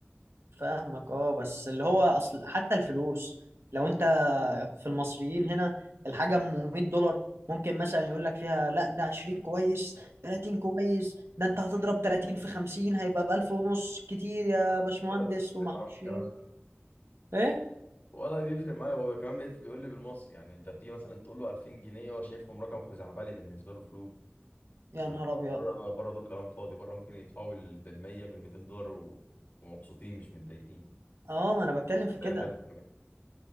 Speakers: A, on the right; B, on the left.
A: فاهمك اه بس اللي هو اصل حتى الفلوس لو انت في المصريين هنا الحاجه ام 100 دولار ممكن مثلا يقول لك فيها لا ده 20 كويس 30 كويس ده انت هتضرب 30 في 50 هيبقى ب 1000 ونص كتير يا باشمهندس
B: ولا بيفرق
A: وما اعرفش
B: معاهم الكلام
A: ايه
B: ده
A: ايه
B: ولا بيفرق معايا هو كمان بيت- بيقول لي بالمصري يعني انت بتيجي مثلا تقول له 2000 جنيه هو شايفهم رقم خزعبلي بالنسبه له فلوس
A: يا
B: انت
A: نهار ابيض
B: بره بره دول كلام فاضي بره ممكن يدفعوا بال 100 بال 200 دولار و- ومبسوطين مش متضايقين
A: اه ما انا بتكلم
B: بس
A: في
B: سعر
A: كده
B: حلو كمان